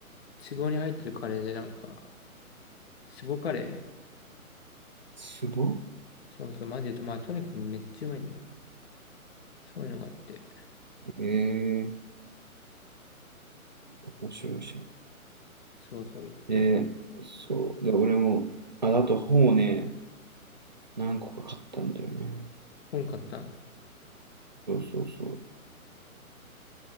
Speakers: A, on the left; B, on the right.
A: 壺に入ってるカレーでなんか、壺カレ
B: ツボ
A: ー。そうそう、マジで、まあとにかくめっちゃうまいんだよ。そういうのがあって。
B: ええー、面白いじゃん。
A: そうそう言って。
B: で、そう。で、俺も、あ、あと本をね、何個か買ったんだよね。
A: 本買ったの。
B: そうそうそう。